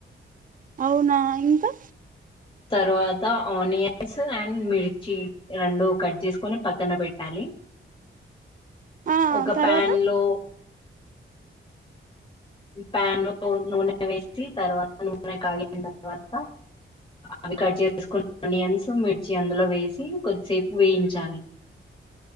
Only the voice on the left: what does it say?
తరువాత ఆనియన్స్ అండ్ మిర్చి రెండు కట్ చేసుకొని పక్కన పెట్టాలి.
ఒక
ప్యాన్ లో ప్యాన్లో నూనె వేసి తర్వాత నూనె కాగిన తర్వాత అవి కట్ చేసేసుకున్న ఆనియన్స్ మిర్చి అందులో వేసి కొద్దిసేపు వేయించాలి.